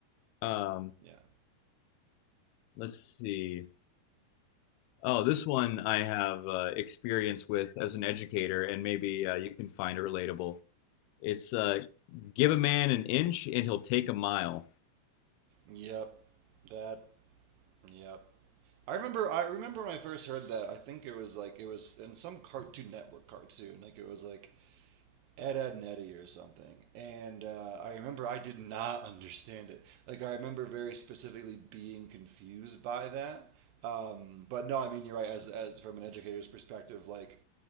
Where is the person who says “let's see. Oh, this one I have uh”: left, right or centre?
Left